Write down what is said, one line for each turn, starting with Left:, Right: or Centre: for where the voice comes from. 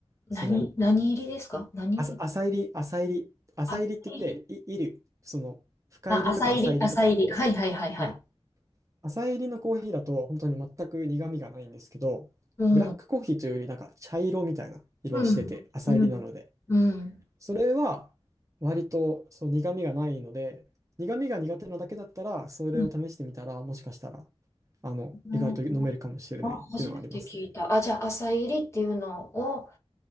Left: 何、
Right: その、
Left: 何入りですか何
Right: あさ浅入り、浅入り、浅入りって言って、
Left: 浅入り
Right: い、いる、その、深入りとか浅入りとかあって、
Left: あ、浅入り、浅入り。はいはいはいはい。
Right: はい。浅入りのコーヒーだと本当に全く苦味がないんですけど、
Left: うん。
Right: ブラックコーヒーというよりなんか茶色みたいな色をしてて、
Left: うん。
Right: 浅入りなので。
Left: うん。うん。
Right: それは割とそう苦味がないので、苦味が苦手なだけだったら、それを試してみたら、
Left: うん
Right: もしかしたら、あの、
Left: うん
Right: 意外と飲めるかもしれないっていうのはありますね。
Left: あ、初めて聞いた。あ、じゃあ、浅入りっていうのを、